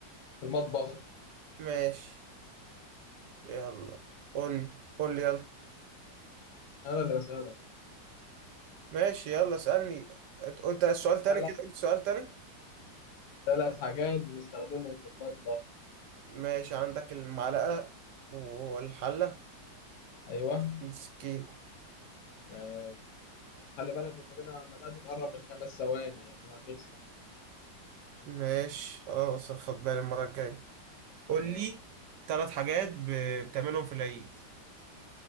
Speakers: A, on the left; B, on the right.
A: في المطبخ
B: ماشي يلا قولي قولي يلا
A: أنا اللي بسألك
B: ماشي يلا اسألني أت- قلت السؤال تاني
A: ثلاث
B: كده قلت سؤال تاني
A: ثلاث حاجات بنستخدمهم في المطبخ
B: ماشي عندك المعلقة والحلة
A: أيوه
B: والسكينة
A: آه، خلي بالك أنت كده بدأت تقرب من خمس ثواني عشان هتخسر
B: ماشي خلاص خد بالي المرة الجاية قول
A: مم.
B: لي تلات حاجات ب- بتعملهم في العيد